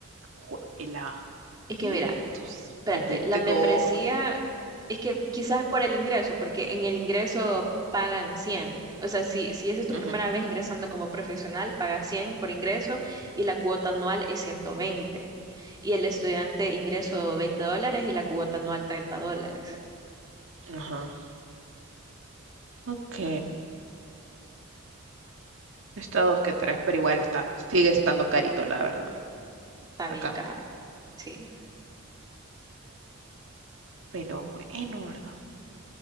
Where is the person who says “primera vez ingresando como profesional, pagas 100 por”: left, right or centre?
Right